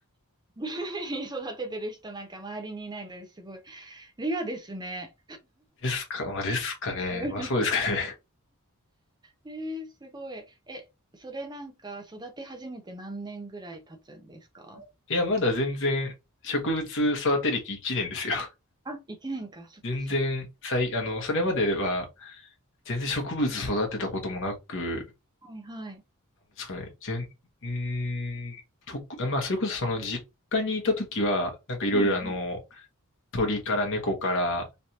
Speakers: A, on the right; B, on the left.
A: <laughs> グルメに育ててる人なんか周りにいないのですごい、レアですね。
B: ですか、まあですかね。
A: <laughs>
B: まあそうですかね。
A: えー、すごい。え、それなんか育て始めて何年ぐらい経つんですか
B: <laughs> いや、まだ全然植物育て歴1年ですよ。
A: あ、1年か。そっかそっか。
B: 全然、さい、あの、それまでは、全然植物育てたこともなく、
A: はいはい。
B: なんですかね、全、うーん、とく、あまあ、それこそその実家にいた時は、なんかいろいろあの、
A: はいはい。
B: 鳥から猫から、